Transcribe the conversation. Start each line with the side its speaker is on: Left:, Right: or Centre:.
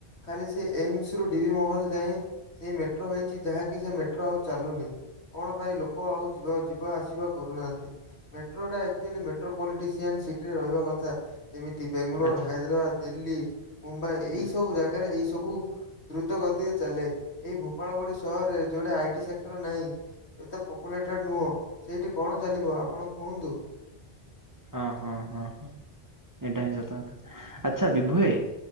Left: ଖାଲି ସେ ଏମସ ରୁ ଡିଭି ମହଲ ଯାଏ। ସେଇ ମେଟ୍ରୋ ହେଇଛି ଯାହାକି ସେ ମେଟ୍ରୋ ଆଉ ଚାଲୁନି। କଣ ପାଇଁ ଲୋକ ଆଉ ଯିବା ଯିବା ଆସିବା କରୁନାହାନ୍ତି। ମେଟ୍ରୋ ଟା ଆକ୍ଚୁଆଲି ମେଟ୍ରୋପଲିଟିସିଆନ୍ ସିଟିରେ ରହିବା କଥା। ଦା ଯେମିତି ବାେଙ୍ଗାଲୋର
Right: ଆଚ୍ଛା
Left: ହାଇଦ୍ରାବାଦ ଦିଲ୍ଲୀ ମୁମ୍ବାଇ
Right: ହଁ
Left: ଏଇ ସବୁ ଜାଗାରେ ଏଇ ସବୁ ଦ୍ରୁତ ଗତିରେ ଚାଲେ ଏଇ ଭୋପାଳ ଭଳି ସହରରେ ଯୋଉଟେ ଆଇ ଟି ସେକ୍ଟର ନାହିଁ। ଏତେ ପପୁଲେଟଡ ନୁହଁ ସେଇଠି କଣ ଚାଲିବ ଆପଣ କୁହନ୍ତୁ?
Right: ହଁ ହଁ ହଁ ହଁ ଏଇଟା ହିଁ ସତ କଥା ଆଚ୍ଛା ବିଭୁ ଭାଇ